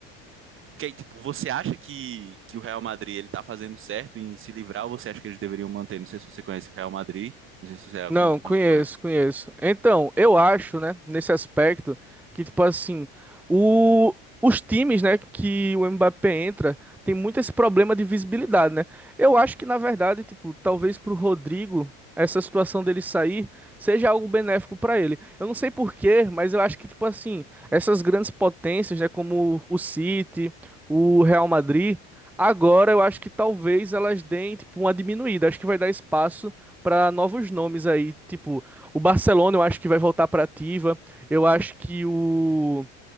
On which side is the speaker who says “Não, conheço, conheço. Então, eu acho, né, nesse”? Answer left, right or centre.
Centre